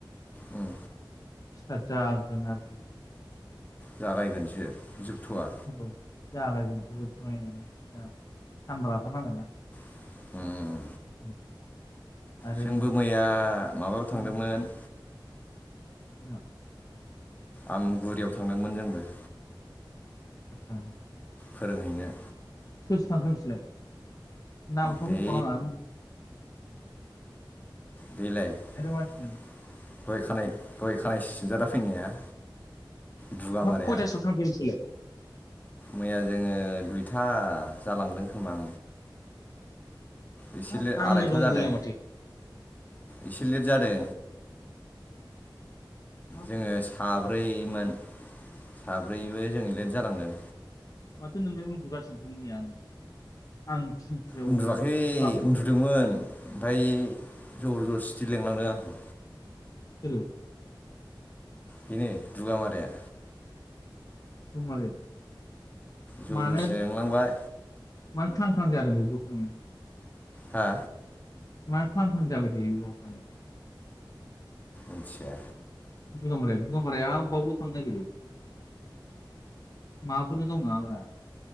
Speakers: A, on the left; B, on the left.
A: उम
B: <unintelligible>
A: जागायगोनसो। जोबथ'वा
B: औ। जागायजोनसो <unintelligible> सानबा लाथारनांगोन ना।
A: उम।
B: <inaudible> आरो
A: जोंबो मैया माबायाव थांदोंमोन।
B: उम <unintelligible>
A: आमगुरियाव थांदोंमोन जोंबो।
B: आतसा।
A: फोरोंहैनो।
B: सोर सोर थांखो नोंसोरलाय? नामखौ
A: बे
B: मुंख' नाङा।
A: बैलाय दहाय
B: मानसिनो
A: खानाय दहाय खानाय सिनजाना फैनाया। दुगामाराया
B: हाब खयथासोआव थाखौ नोंसोरलाय?
A: मैया जोङो दुइथा जालांदों खोमा। एसे
B: हाब
A: लेट
B: आंनो
A: आरायथा
B: दं
A: जादों
B: मैया माथो
A: एसे लेट जादों।
B: हाब
A: जोङो साब्रै ब्रैमोन साब्रैबो जोङो लेट जालांदों।
B: माथो नोंलाय उन्दुगासिनोमोन मैया आं आं थिनथायाव
A: उन्दुवाखै
B: गाब्रबोमोन
A: उन्दुदोंमोन ओमफ्राय जबरजसटि लिलांदों आंखौ।
B: सोरो?
A: बेनो दुगा माराया।
B: <unintelligible> मानो <unintelligible>
A: जर जस्ति लेंलांबाय
B: मानो ख्लां ख्लां जादों बियो बेयाव थांनो?
A: हा?
B: मानो ख्लां ख्लां जाबाय थायो बेयाव थांनो।
A: आतसा।
B: दुगामाराया दुगामाराया बावल' थांनो नागिरो माबाफोर दं नङाब्रा?